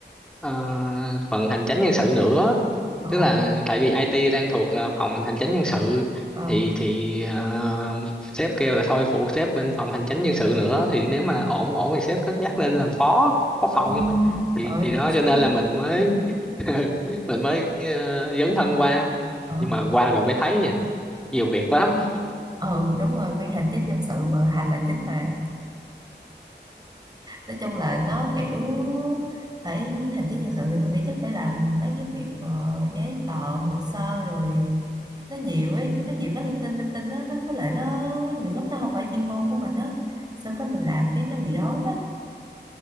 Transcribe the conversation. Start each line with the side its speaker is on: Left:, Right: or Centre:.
Centre: ờ, phần hành chánh nhân sự nữa
Right: ồ,
Centre: tức là tại vì IT đang thuộc ờ, phòng hành chính nhân sự
Right: ờ,
Centre: thì thì ờ, sếp kêu là thôi phụ sếp bên phòng hành chính nhân sự nữa thì nếu mà ổn ổn thì sếp cất nhắc lên làm phó phó phòng
Right: ồ,
Centre: thì
Right: trời ơi,
Centre: thì đó
Right: sướng sướng
Centre: cho nên
Right: vậy?
Centre: là mình mới <laughs> mình mới ờ, dấn thân qua
Right: Ờ,
Centre: nhưng mà qua rồi mới thấy nha nhiều việc lắm
Right: ừ, đúng rồi, ban hành chính nhân sự mà hành là chính mà. nói chung là nó kiểu phải hành chính nhân sự thì tôi nghĩ chắc phải làm mấy cái việc ờ, giấy tờ hồ sơ rồi nó nhiều ấy nó nhiều cái linh tinh linh tinh đó nó với lại nó nhiều lúc nó không phải chuyên môn của mình á sao cái mình làm cái nó bị rối á